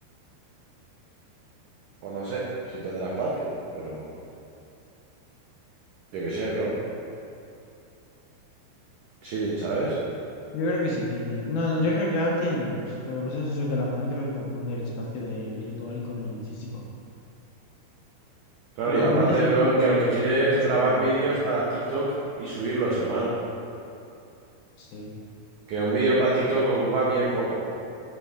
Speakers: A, on the right; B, on the left.
A: O no sé si tendrá espacio, pero yo qué sé, bro. Chilling, ¿sabes?
B: Yo creo que sí tiene. No, no, yo creo que cada vez tiene menos. Lo que pasa es eso que la mami creo que confunde el espacio de virtual con el físico.
A: Claro,
B: Pero
A: y
B: igualmente
A: aparte,
B: sí es
A: bro,
B: putada
A: que lo que quiere
B: que también
A: es grabar
B: se lo vaya
A: vídeos
B: dejando.
A: para TikTok y subirlos, hermano.
B: Sí.
A: Que un vídeo para TikTok ocupa bien poco.